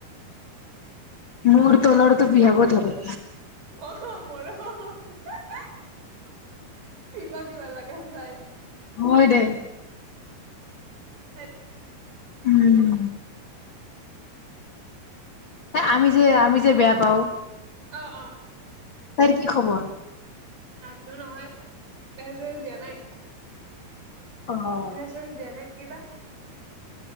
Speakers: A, on the left; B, on the right.
A: মোৰ তলৰতো বিষাব ধৰে
B: অ মোৰো কিবা কিবা লাগে সঁচাই
A: হয় দে
B: ধেত
A: উম আমি যে আমি যে বেয়া পাওঁ
B: অ অ
A: তাই কি খবৰ?
B: নাজনো নহয় মেছেজ চেছেজ দিয়া নাই
A: অ
B: চ দিয়া নাই কিবা